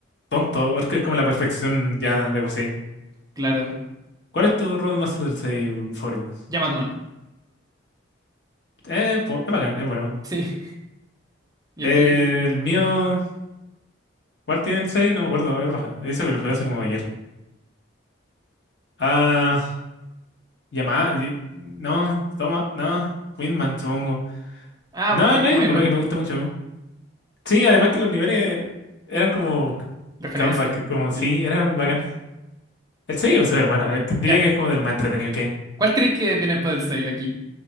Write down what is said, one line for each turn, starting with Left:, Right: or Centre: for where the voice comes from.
Left: tonto, es que es como la perfección ya de por sí.
Right: Claro,
Left: ¿Cuál es tu Road Master del 6 favorito?
Right: llama a tu man.
Left: Eh, po- es bacán, es bueno.
Right: Sí, <laughs> ¿y
Left: Eh,
Right: el tuyo?
Left: el mío, ¿cuál tiene el seis No me acuerdo, a ver, baja. Eso que lo jugué hace como ayer. Ah, Yamaha, y- no, toma, no, Windman, supongo.
Right: Ah,
Left: No,
Right: porque
Left: no
Right: es como
Left: hay ninguno
Right: Herman,
Left: que me guste mucho. Sí, además que los niveles eran como
Right: referencia.
Left: callback, como
Right: Sí.
Left: sí, era bacán. El 6 es súper bueno, eh, diría
Right: Ya,
Left: que es como de lo más entretenido que hay.
Right: ¿cuál crees que viene después del 6 aquí?